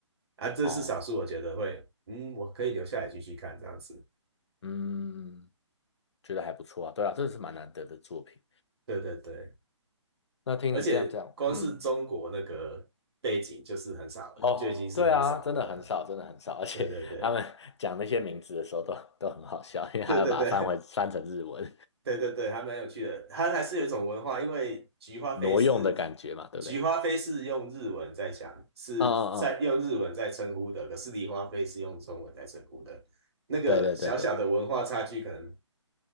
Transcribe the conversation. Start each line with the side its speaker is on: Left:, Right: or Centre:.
Right: 啊，这是少数我觉得会，
Left: 哦，
Right: 嗯，我可以留下来继续看这样子。
Left: 嗯，觉得还不错啊。对啊，这是蛮难得的作品。
Right: 对对对，
Left: 那听你这样讲，
Right: 而且光是中国那个背景就是很少了，
Left: 嗯。哦，
Right: 就已经是很少的了。
Left: 对啊，真的很少，真的很少，<laughs> 而且他们讲那些名字的时候都都很好笑，
Right: 对对对
Left: 因为他要把它翻回翻成日文，
Right: 对对对对对对，还蛮有趣的。它还是有一种文化，因为菊花飞是
Left: 挪用的感觉嘛，对不对？
Right: 菊花飞是用日文在讲，是在用日文在称呼的，
Left: 嗯嗯嗯，
Right: 可是梨花飞是用中文在称呼的。那个小小的文化差距，
Left: 对对对对对，
Right: 可能